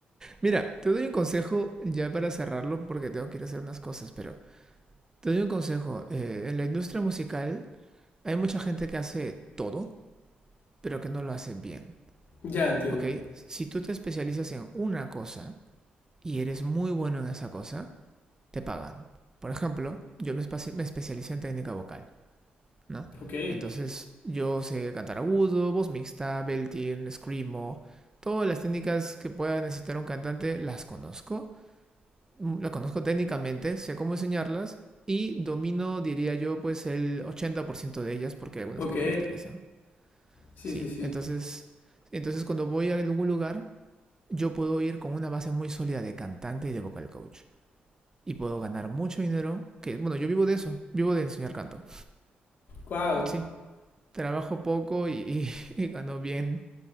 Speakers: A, on the right; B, on the left.
A: Mira, te doy un consejo ya para cerrarlo porque tengo que ir a hacer unas cosas, pero te doy un consejo. Eh, en la industria musical hay mucha gente que hace todo, pero que no lo hace bien.
B: Ya entiendo.
A: ¿Ok? Si tú te especializas en una cosa y eres muy bueno en esa cosa, te pagan. Por ejemplo, yo me, espe- me especialicé en técnica vocal. ¿no?
B: Ok,
A: Entonces, yo sé cantar agudo, voz mixta, belting, screamo, todas las técnicas que pueda necesitar un cantante las conozco, mm, las conozco técnicamente, sé cómo enseñarlas y domino, diría yo, pues el 80% de ellas porque hay algunas
B: ok.
A: que no me interesan.
B: Sí,
A: Sí,
B: sí, sí.
A: entonces, entonces cuando voy a algún lugar, yo puedo ir con una base muy sólida de cantante y de vocal coach. Y puedo ganar mucho dinero, que bueno, yo vivo de eso, vivo de enseñar canto.
B: Wow.
A: Sí, trabajo poco y, <laughs> y, y gano bien.